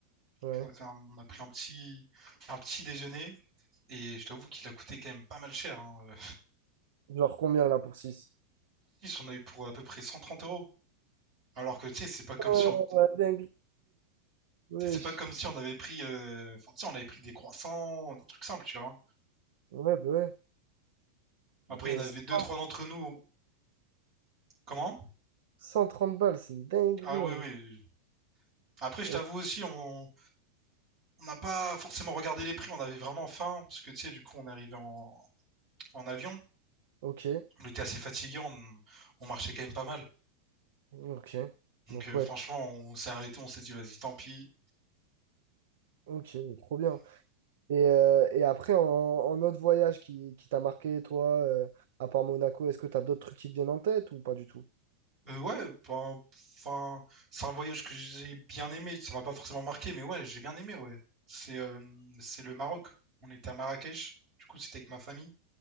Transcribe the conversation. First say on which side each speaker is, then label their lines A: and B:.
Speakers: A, on the right (about 55°); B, on the right (about 40°).
A: Ouais.
B: On a fait un- on a pris un petit, un petit déjeuner. Et je t'avoue qu'il a coûté quand même pas mal cher. Hein.
A: Genre, combien, là, pour six
B: 6, on a eu pour à peu près 130 euros. Alors que, tu sais, c'est pas comme
A: Ouais,
B: si on,
A: la dinguerie. Wesh.
B: tu sais, c'est pas comme si on avait pris, euh, enfin, tu sais, on avait pris des croissants, des trucs simples, tu vois.
A: Ouais, bah ouais.
B: Après,
A: Mais
B: il y en avait deux,
A: 100
B: trois d'entre nous. Comment?
A: 130 balles, c'est une dinguerie
B: Ah oui,
A: en
B: oui.
A: vrai.
B: Après, je
A: Euh,
B: t'avoue aussi, on, on n'a pas forcément regardé les prix. On avait vraiment faim. Parce que, tu sais, du coup, on est arrivé en en avion.
A: ok,
B: on était assez fatigué, on, on marchait quand même pas mal.
A: ok.
B: Donc
A: Donc
B: euh,
A: ouais,
B: franchement, on s'est arrêté, on s'est dit vas-y, tant pis.
A: ok, mais trop bien. Et, euh, et après, en, en autre voyage qui, qui t'a marqué, toi, euh, à part Monaco, est-ce que t'as d'autres trucs qui te viennent en tête ou pas du tout?
B: Euh, ouais, ben, enfin, c'est un voyage que j'ai bien aimé. Ça m'a pas forcément marqué, mais ouais, j'ai bien aimé, ouais. C'est euh, c'est le Maroc. On était à Marrakech. Du coup, c'était avec ma famille.